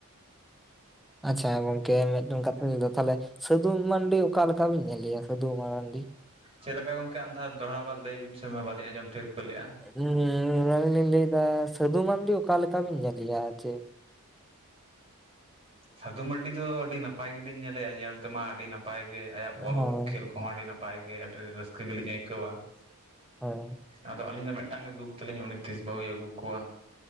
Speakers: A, in the centre; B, on the right (about 25°).
A: ᱟᱪᱪᱷᱟ ᱜᱚᱝᱠᱮ ᱢᱤᱫᱴᱮᱱ ᱠᱟᱛᱷᱟᱧ ᱞᱟᱹᱭᱫᱟ ᱛᱟᱦᱚᱞᱮ ᱾ ᱥᱟᱹᱫᱷᱩ ᱢᱟᱹᱱᱢᱤ ᱚᱠᱟ ᱞᱮᱠᱟ ᱵᱤᱱ ᱧᱮᱞᱮᱭᱟ ᱥᱟᱹᱫᱷᱩ ᱢᱟᱨᱟᱱᱰᱤ?
B: ᱪᱮᱫ ᱞᱮᱠᱟ ᱜᱚᱝᱠᱮ ᱟᱢᱫᱷᱟ ᱫᱚᱦᱚᱲᱟ ᱵᱟᱨ ᱞᱟᱹᱭᱵᱤᱱ ᱥᱮ ᱢᱟ ᱵᱟᱞᱤᱧ ᱟᱸᱡᱚᱢ ᱴᱷᱟᱹᱣᱟᱹ ᱞᱮᱜᱼᱟ!
A: ᱩᱸᱻ ᱚᱱᱟ ᱜᱮᱞᱤᱧ ᱞᱟᱹᱭ ᱫᱟ ᱥᱟᱹᱫᱷᱩ ᱢᱟᱹᱱᱰᱤ ᱚᱠᱟᱞᱮᱠᱟ ᱵᱤᱱ ᱧᱮᱞᱮᱭᱟ ᱪᱮ
B: ᱥᱟᱹᱫᱷᱩ ᱢᱟᱨᱰᱤ ᱫᱚ ᱟᱹᱰᱤ ᱱᱟᱯᱟᱭ ᱜᱮᱞᱤᱧ ᱧᱮᱞᱮᱜᱼᱟ ᱧᱮᱞ ᱛᱮᱢᱟ ᱟᱹᱰᱤ ᱱᱟᱯᱟᱭ ᱜᱮ, ᱟᱭᱟᱜ ᱵᱚᱞ
A: ᱦᱳᱭ
B: ᱠᱷᱮᱞ ᱠᱚᱦᱚᱸ ᱟᱹᱰᱤ ᱱᱟᱯᱟᱭ ᱜᱮ ᱟᱹᱰᱤ ᱨᱟᱹᱥᱠᱟᱹ ᱜᱮᱞᱤᱧ ᱟᱹᱭᱠᱟᱹᱣᱟ ᱾
A: ᱦᱚᱭ ᱾
B: ᱟᱫᱚ ᱟᱹᱞᱤᱧ ᱫᱚ ᱢᱤᱫᱴᱟᱝ ᱜᱮ ᱫᱩᱠ ᱛᱟᱹᱞᱤᱧ ᱩᱱᱤ ᱛᱤᱥ ᱵᱟᱹᱦᱩᱭ ᱟᱹᱜᱩ ᱠᱚᱣᱟ?